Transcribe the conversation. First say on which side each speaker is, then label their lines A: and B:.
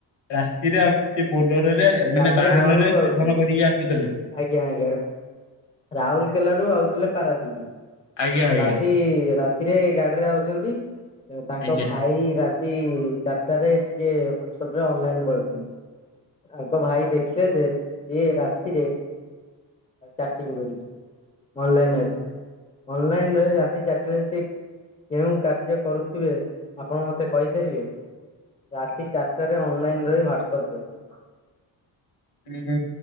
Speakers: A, on the left; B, on the left.
A: ରାତିରେ ଆସ୍ ସେ ବୋଲରରେ ମାନେ
B: ରାତିରେ
A: ବାହାନ
B: ଘରକୁ
A: ରେ
B: ଆଉଥିଲେ
A: ସେବନ କରିକି ଆସୁଥିଲେ।
B: ଆଜ୍ଞା ଆଜ୍ଞା ରାହୁଲ୍ କେଲାରୁ ଆଉଥିଲେ ପାରାଦୀପ।
A: ଆଜ୍ଞା ଆଜ୍ଞା
B: ରାତି ରାତିରେ ଗାଡ୍ରେ ଆଉଚନ୍ତି ତାଙ୍କ
A: ଆଜ୍ଞା
B: ଭାଇ ରା ଚାର୍ଟାରେ ଟିକେ ହ୍ଵାଟ୍ସପ୍ ରେ ଅନଲାଇନ୍ ପଳେଇଥିଲେ। ତାଙ୍କ ଭାଇ ଦେଖିଲେ ଯେ ଇଏ ରାତିରେ ଚାଟିଂ କରୁଚି। ଅନ୍ଲାଇନ୍ ଅଛି ଅନ୍ଲାଇନ୍ ରାତି ଚାର୍ଟାରେ ସେ କେଉଁ କାର୍ଯ୍ୟ କରୁଥିବେ ଆପଣ ମତେ କହିପାରିବେ। ରାତି ଚାର୍ଟରେ ଅନ୍ଲାଇନ୍ ରହି ହ୍ଵାଟ୍ସଆପ୍ ରେ ଥିଲେ।
A: ହୁଁ